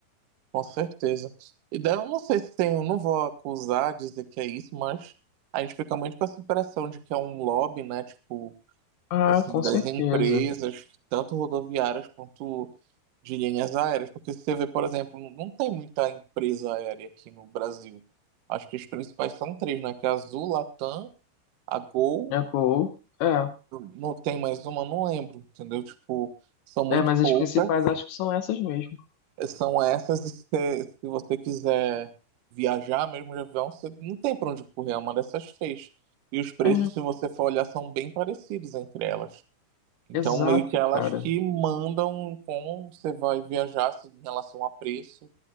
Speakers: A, on the right; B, on the left.
A: Com certeza. E daí eu não sei se tem, eu não vou acusar, dizer que é isso, mas a gente fica muito com essa impressão de que é um lobby, né? Tipo,
B: Ah,
A: assim,
B: com
A: das
B: certeza.
A: empresas, tanto rodoviárias quanto de linhas aéreas. Porque se você vê, por exemplo, não tem muita empresa aérea aqui no Brasil. Acho que as principais são três, né? Que é a Azul, Latam, a Gol,
B: É, co- é,
A: não tem mais uma, não lembro, entendeu? Tipo, são muito
B: é, mas as
A: poucas.
B: principais acho que são essas mesmo.
A: São essas, e se, se você quiser viajar mesmo de avião, você não tem para onde correr, é uma dessas três. E os preços,
B: É,
A: se você for olhar, são bem parecidos entre elas. Então,
B: exato,
A: meio que elas
B: cara.
A: que mandam como você vai viajar se- em relação a preço,